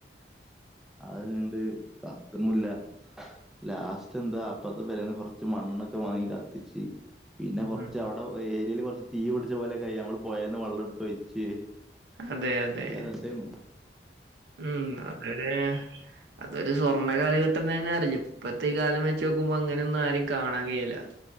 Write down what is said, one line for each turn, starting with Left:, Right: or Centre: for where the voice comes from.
Centre: അത് ഇണ്ട് ക ഇത് മുല്ല ലാസ്റ്റ് എന്താ അപ്പുറത്തെ പോരേന്ന്കൊറച്ച് മണ്ണെണ്ണൊക്കെ വാങ്ങി കത്തിച്ച് പിന്നെ കുറച്ച്
Right: ഉം
Centre: അവിടെ ഏരിയയിൽ കുറച്ച് തീ പിടിച്ച പോലെൊക്കെ നമ്മൾ പുഴേന്ന് വെള്ളം എടുത്ത് ഒയിച്ച്
Right: അതെ അതെ
Centre: നല്ല രസായിന്നു
Right: ഉം അതെല്ലെ അതൊരു സ്വർണ്ണ കാലഘട്ടം തന്നെ അറിയു ഇപ്പഴത്തെ ഈ കാലം വെച്ച് നോക്കുമ്പോ അങ്ങനെയ ഒന്നും ആരും കാണാൻ കഴിയില്ല